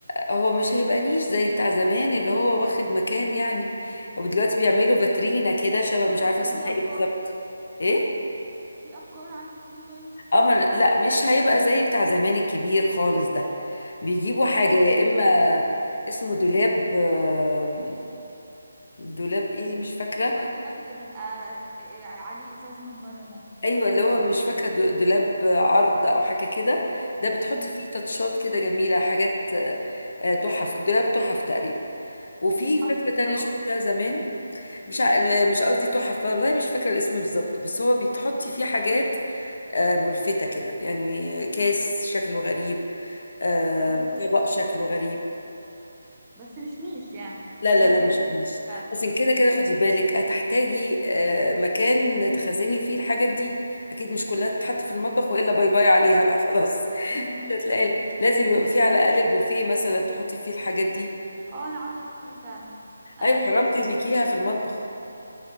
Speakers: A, on the left; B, on the right.
A: هو مش هيبقى نيش زي بتاع زمان اللي هو واخد مكان يعني ودلوقتي بيعملوا فاترينا كده شبه مش عارفه
B: طب
A: اسمها
B: ليه افكار
A: ايه بالظبط ايه
B: في افكار عندك ليه طيب
A: قمر لا مش هيبقى زي بتاع زمان الكبير خالص ده بيجيبوا حاجة يا إما اسمه دولاب آم، دولاب ايه مش فاكرة
B: اللي هو الدولاب اللي بيبقى آه، آه، آه، عليه ازاز من بره ده
A: ايوه اللي هو مش فاكرة دو- دولاب عرض او حاجة كده ده بتحطي
B: مم.
A: فيه تاتشات كده جميلة حاجات آه، آه، تحف دولاب تحف تقريبا وفي
B: وبيتحط
A: فكرة
B: في
A: تانية
B: الصالون
A: شفتها زمان مش ع... مش قصدي تحف والله مش فاكرة الاسم بالظبط بس هو بتحطي فيه حاجات آه، ملفتة كده يعني كاس شكله غريب آه،
B: اه
A: طبق شكله غريب
B: بس مش نيش يعني
A: لا
B: مش
A: لا
B: نيش
A: لا
B: زي
A: مش كيس
B: فعلا
A: بس كده كده خدي بالك هتحتاجي آه، مكان تخزني فيه الحاجات دي اكيد مش كلها تتحط في المطبخ والا باي باي عليها بقى خلاص
B: امم
A: مش هتلاقي لازم يبقى فيه على الاقل البوفيه مثلا تحطي فيه الحاجات دي
B: اه انا عامله بوفيه فعلا انا
A: ايوه
B: اللي
A: حرام
B: بقيت
A: تهلكيها في المطبخ